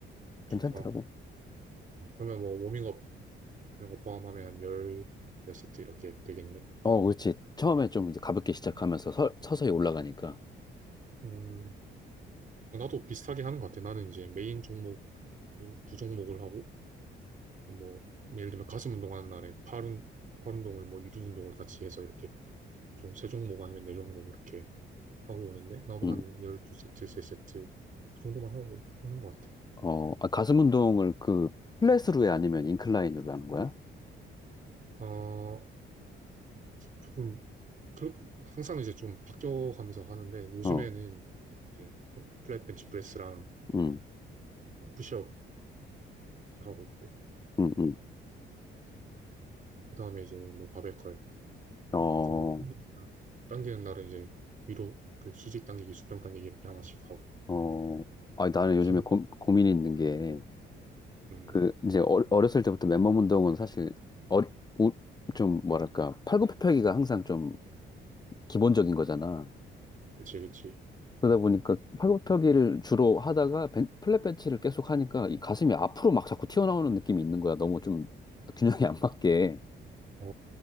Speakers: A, on the right; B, on the left.
A: 좋다.
B: 괜찮더라고.
A: 어, 그러면 뭐 워밍업 이런 거 포함하면 한 열 몇 세트 이렇게 되겠네.
B: 어, 그렇지. 처음에 좀 이제 가볍게 시작하면서 서, 서서히 올라가니까.
A: 음, 어, 나도 비슷하게 하는 것 같아. 나는 이제 메인 종목을 두 종목을 하고 뭐 예를 들면 가슴 운동하는 날에 팔, 운, 팔 운동을 뭐 이두 운동을 같이 해서 이렇게 좀 세 종목 아니면 네 종목 이렇게 하고 오는데 나도
B: 음.
A: 한 12세트, 3세트 그 정도만 하고 오는 것 같아.
B: 어, 아, 가슴 운동을 그 플랫으로 해 아니면 인클라인으로 하는 거야?
A: 어, 조금 그렇, 항상 이제 좀 바뀌어가면서 하는데 요즘에는
B: 어,
A: 이제 플- 플랫 벤치 프레스랑
B: 음,
A: 푸시업 이렇게 하고 있고
B: 음, 음.
A: 그다음에 이제 뭐 바벨컬
B: 어,
A: 이제 뭐 당기는 당기는 날은 이제 위로 그 수직 당기기, 수평 당기기 이렇게 하나씩 하고
B: 어. 아, 나는 요즘에
A: 삼
B: 고, 고민이 있는 게
A: 음,
B: 그 이제 어, 어렸을 때부터 맨몸 운동은 사실 어, 우- 좀 뭐랄까 팔굽혀펴기가 항상 좀 기본적인 거잖아.
A: 그치, 그치.
B: 그러다 보니까 팔굽혀펴기를 주로 하다가 벤, 플랫 벤치를 계속 하니까 이 가슴이 앞으로 막 자꾸 튀어나오는 느낌이 있는 거야. 너무 좀 균형이 안 맞게.
A: 아,